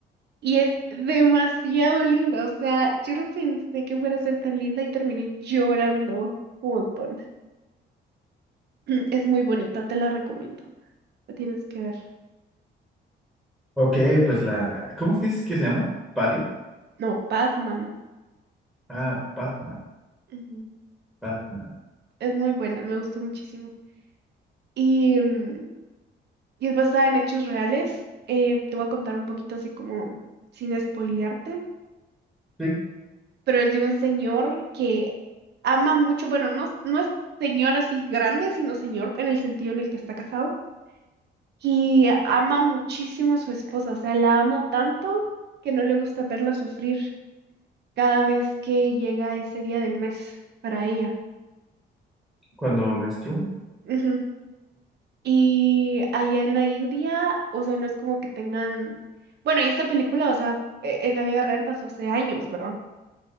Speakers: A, on the right; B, in the centre.
A: y es demasiado linda. O sea, yo no pensé que fuera a ser tan linda y terminé llorando un montón. <clears throat> Es muy bonita, te la recomiendo. La tienes que ver.
B: Ok, pues la, ¿cómo dices que se llama? ¿Paddy?
A: No, Batman.
B: Ah, Batman,
A: Ujú.
B: Batman.
A: Es muy buena, me gustó muchísimo. Y, mm, y es basada en hechos reales. Eh, te voy a contar un poquito así como sin spoilearte,
B: Sí.
A: pero es de un señor que ama mucho, bueno, no, no es señor así grande, sino señor en el sentido en el que está casado. Y ama muchísimo a su esposa, o sea, la ama tanto que no le gusta verla sufrir cada vez que llega ese día del mes para ella.
B: cuando menstrua.
A: Ujú. Y allá en la India, o sea, no es como que tengan, bueno, y esta película, o sea, e- en la vida real pasó hace años, ¿verdad?